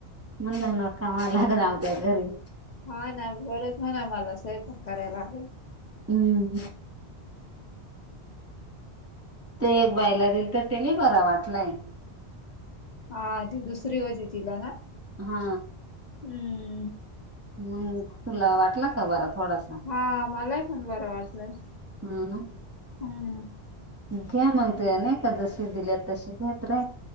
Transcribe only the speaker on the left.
हा ना परत म्हणा मला सैपाक कराय लागल
हा ती दुसरी होती तिला ना
हम्म
हा मलाही पण बरं वाटलंय
हम्म